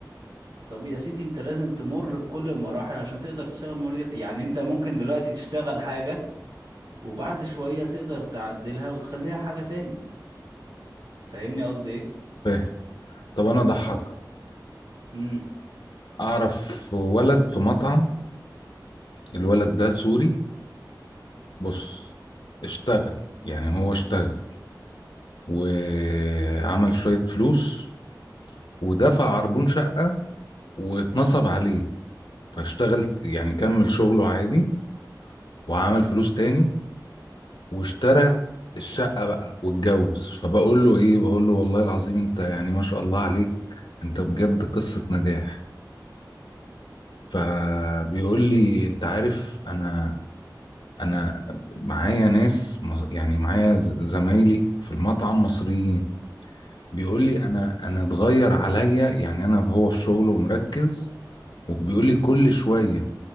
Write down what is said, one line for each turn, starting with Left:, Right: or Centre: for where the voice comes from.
Right: طب يا سيدي انت لازم تمر بكل المراحل عشان تقدر تشتغل مدير يعني انت ممكن دلوقتي تشتغل حاجة وبعد شوية تقدر تعدلها وتخليها حاجة تاني فاهمني قصدي ايه
Left: فاهم طب أنا ضحك
Right: بس امم
Left: اعرف ولد في مطعم الولد ده سوري بص اشتغل يعني هو اشتغل وعمل شوية فلوس ودفع عربون شقة واتنصب عليه فاشتغل يعني كمل شغله عادي وعمل فلوس تاني واشترى الشقة بقى واتجوز فبقول له ايه بقول له والله العظيم انت يعني ما شاء الله عليك انت بجد قصة نجاح فبيقول لي انت عارف انا انا معايا ناس مص- يعني معايا ز- زمايلي في المطعم مصريين بيقول
Right: امم
Left: لي انا انا اتغير عليا يعني انا هو في شغله ومركز وبيقول لي كل شوية